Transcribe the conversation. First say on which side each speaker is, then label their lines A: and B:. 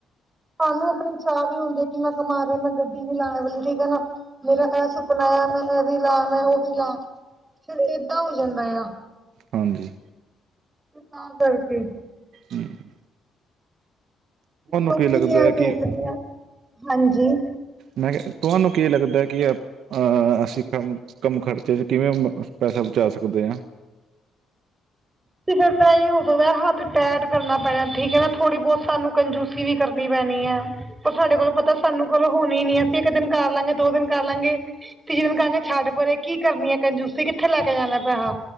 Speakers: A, on the right; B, on the right.
A: ਸਾਨੂੰ ਆਪਣੇ ਚਾਹ ਵੀ ਹੁੰਦੇ, ਕਿ ਮੈਂ ਕਮਾ ਰਿਹਾ, ਮੈਂ ਗੱਡੀ ਵੀ ਲਾਵਾ ਵਾਲੀ ਠੀਕ ਹੈ ਨਾ। ਮੇਰਾ ਕ ਸੁਪਨਾ ਆ, ਮੈਂ ਆ ਵੀ ਲਾ ਮੈਂ ਉਹ ਵੀ ਲਾ। ਫਿਰ ਏਦਾਂ ਹੋ ਜਾਂਦਾ ਆ।
B: ਹਾਂਜੀ,
A: ਤੇ ਕਰਕੇ,
B: ਹਾਂ <unintelligible>
A: ਲੋਕੀ
B: ਕੀ ਲੱਗਦਾ
A: ਧਿਆ
B: ਹੈ
A: ਦੇਖਦੇ
B: ਕਿ
A: ਆ, ਹਾਂਜੀ।
B: 'ਮੈਂ ਕਿਹਾ ਤੁਹਾਨੂੰ ਕੀ ਲੱਗਦਾ ਕਿ ਅ? ਅਹ ਅਸੀਂ ਕੰਮ-ਕੰਮ ਖਰਚੇ ਚ, ਕਿਵੇਂ ਪੈਸਾ ਬਚਾ ਸਕਦੇ ਹਾਂ।
A: ਤੇ ਫਿਰ ਤਾਂ ਇਹ ਹੋ ਸਕਦਾ, ਹੱਥ ਟੈਟ ਕਰਨਾ ਪੈਣਾ, ਠੀਕ ਹੈ ਨਾ, ਥੋੜ੍ਹੀ ਬਹੁਤ ਸਾਨੂੰ ਕੰਜੂਸੀ ਵੀ ਕਰਨੀ ਪੈਣੀ ਐ। ਪਰ ਸਾਡੇ ਕੋਲੋਂ ਪਤਾ, ਸਾਨੂੰ ਕੋਲੋਂ ਹੋਣੀ ਨੀ, ਅਸੀਂ ਇੱਕ ਦਿਨ ਕਰ ਲਾਂਗੇ, ਦੋ ਦਿਨ ਕਰ ਲਾਂਗੇ। ਤੇ ਜਿਹਨੂੰ ਕਹਿੰਦੇ ਛੱਡ ਪਰੇ ਕੀ ਕਰਨੀ ਹੈ, ਕੰਜੂਸੀ ਕਿੱਥੇ ਲੈ ਕੇ ਜਾਣਾ ਪੈਸਾ।